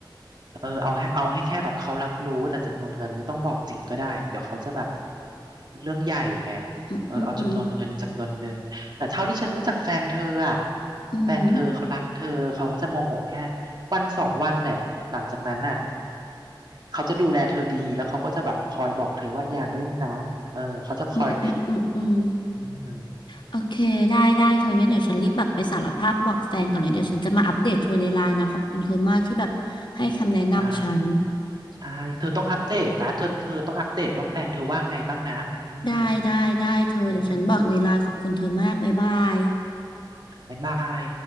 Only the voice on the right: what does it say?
เออเอาแค่เอาให้แค่แบบเขารับรู้แต่จำนวนเงินไม่ต้องบอกจริงก็ได้เดี๋ยวเขาจะแบบเรื่องใหญ่ไง
เออเอาจำนวนเงินจำนวนหนึ่งแต่เท่าที่ฉันรู้จักแฟนเธออ่ะ
แฟนเธอเขารักเธอเขาจะโมโหแค่วันสองวันแหละหลังจากนั้นน่ะเขาจะดูแลเธอดีแล้วเขาก็จะแบบคอยบอกเธอว่าอย่าเล่นนะเออเขาจะคอย
อืม
ได้ใช่เธอต้องอัปเดตนะเธอเธอต้องอัปเดตว่าแฟนเธอว่าไงบ้างนะอืม
เออบ๊ายบาย